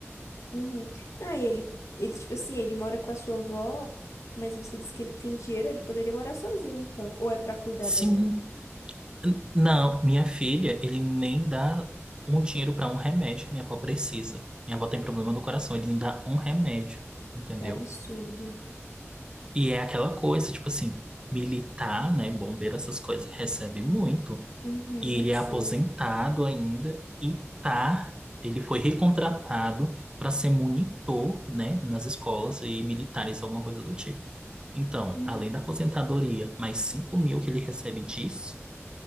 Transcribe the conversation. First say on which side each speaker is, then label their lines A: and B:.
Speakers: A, on the left; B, on the right.
A: Uhum. Não, e ele, ele, tipo assim, ele mora com a sua avó, mas você diz que ele tem dinheiro, ele poderia morar sozinho, então. Ou é pra cuidar
B: Sim,
A: dela?
B: n- não, minha filha, ele nem dá um dinheiro pra um remédio que minha avó precisa. Minha avó tem problema
A: Ah,
B: do coração, ele não dá um remédio, entendeu?
A: Que absurdo.
B: E é aquela coisa, tipo assim, militar, né, bombeiro, essas coisas, recebe muito.
A: Uhum,
B: E ele é
A: sim.
B: aposentado ainda e tá, ele foi recontratado para ser monitor, né, nas escolas e militares, alguma coisa do tipo. Então,
A: Uhum,
B: além da aposentadoria, mais 5 mil que ele recebe disso,